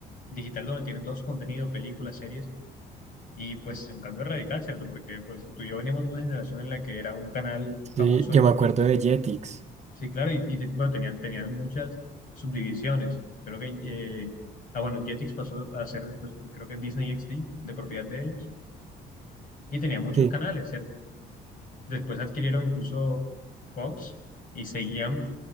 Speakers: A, on the left (about 55°); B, on the right (about 40°).
A: digital donde tienen todo su contenido, películas, series. Y pues es un cambio radical, ¿cierto? Porque pues tú y yo venimos de una generación en la que era un canal famoso
B: Sí, yo
A: y
B: me acuerdo de Jetix.
A: Sí, claro, y, y te- bueno, tenían, tenían muchas subdivisiones. Creo que, eh, ah, bueno, Jetix pasó a ser después, creo que Disney XD, de propiedad de ellos, y tenía muchos
B: Sí,
A: canales, ¿cierto? Después adquirieron incluso Fox y seguían